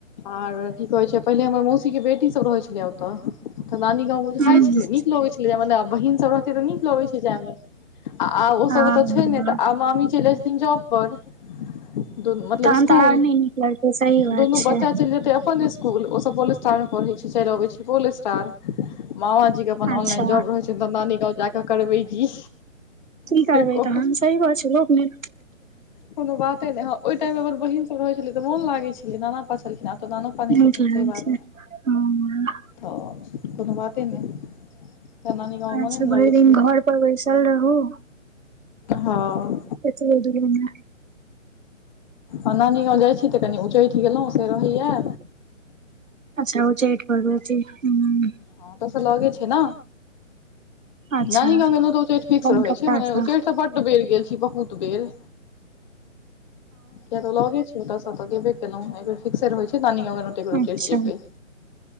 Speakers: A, on the left (about 35°); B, on the right (about 75°).
A: आर की कहै छै? पहिले हमर मौसीके बेटी सब रहै छलै ओतऽ। तऽ नानी गाँव बुझाय
B: हूँ
A: छलै। नीक लऽगै छलै जायमे ने। बहीनसभ रहतै तऽ नीक लऽगै छै जायमे। आ-आ ओसभ
B: हँ
A: ओतऽ छै नैत, आ मामी चैल एलखिन जॉब पर। त मतलब
B: तहन
A: स्कूल।
B: तऽ आर नहि नीक लगतै सही बात
A: दुनू
B: छै
A: बच्चाक् चलि जेत्तै अपन स्कूल। ओ सब पोलस्टार में पढ़ै छै, चइल अबै छै पोलस्टार। मामा जी के अपन
B: अच्छा
A: ऑनलाइन जॉब रहै छनि तऽ, नानी गाँव जाकऽ करबै की?
B: की
A: से
B: करबै
A: कहू
B: तहन? सही बात छै लोक नै
A: कोनो बाते नै, हँ ओइ टाइम मे अगर बहिन सब रहै छलै तऽ मोन लागै छलै। नाना पा छलखिन्। आब तऽ नानो पा नै
B: नीक
A: छथिन
B: लागै
A: से बात।
B: छै हँ
A: हऽअ कोनो बाते नहि। तऽ नानी गाँव
B: आइसे
A: मोने ने लगै
B: भरि दिन
A: छै
B: घरपर बैसल रहू।
A: हँ।
B: एतबो जरूरी नै।
A: आ नानी गाँंव जाइ छी तऽ, कनी उच्चैठ गेलहुँ से रऽहैयै।
B: अच्छा उच्चैठ भगवती हुँ।
A: हँ ओत्तसऽ लऽगे छै ने।
B: अच्छा
A: नानी गाँव गेलहुँ तऽ उच्चैठ फिक्स
B: कलकत्तासँ
A: रहै छै। मने उच्चैठ तऽ बड्ड बेर गेल छी। की बहूत बेर। किया तऽ ओ लऽगे छै ओतऽसँ। तऽ गेबे केलहुँ। ऐ बेर फिक्से रहै छै। नानी गाँव अगर गेलौँ त एक बेर उच्चैठ
B: अच्छा
A: जेब्बै।